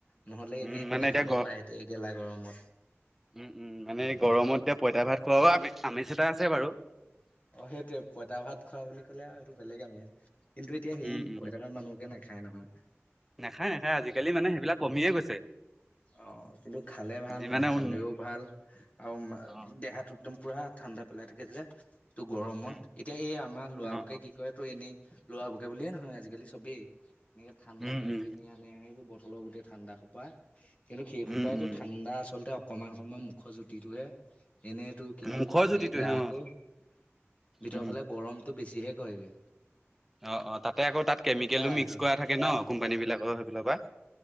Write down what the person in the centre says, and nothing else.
উম
মানে এতিয়া
গ
উম উম মানে গৰমত এতিয়া পইতা ভাত খোৱাাব আম আমেজ এটা আছে বাৰু
উম উম
নাখায় নাখায় আজিকালি মানে সেইবিলাক কমিয়ে গৈছে।
যিমানে
উন
অ
অ
অ অ
উম
উম
উম
উম
মুখৰ
জুতিটোহে
অ
উম
অঁ অঁ তাতে আকৌ তাত কেমিকেলো মিক্স
কৰা থাকে ন কোম্পানীবিলাকৰ সেইফালৰ পৰা।